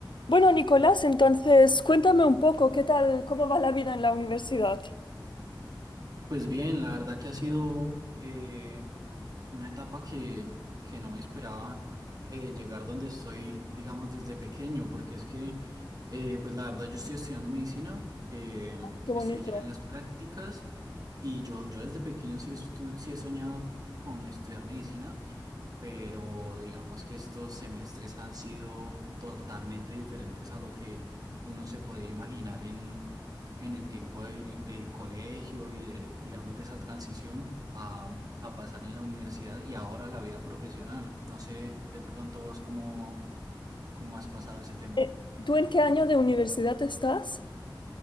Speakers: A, on the left; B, on the right.
A: Bueno, Nicolás, entonces cuéntame un poco, ¿qué tal, cómo va la vida en la universidad?
B: Pues bien, la verdad que ha sido eh, una etapa que, que no me esperaba eh, llegar donde estoy, digamos, desde pequeño, porque es que, eh, pues la verdad, yo estoy estudiando medicina, eh,
A: Qué bonito.
B: estoy ya en las prácticas y yo, yo desde pequeño sí, estu- sí he soñado con estudiar medicina pero digamos que estos semestres han sido totalmente diferentes a lo que uno se podía imaginar en, en el tiempo del del colegio y de, digamos, de esa transición a, a pasar en la universidad y ahora la vida profesional. No sé, de pronto vos cómo, cómo has pasado ese tema.
A: Eh, ¿tú en qué año de universidad estás?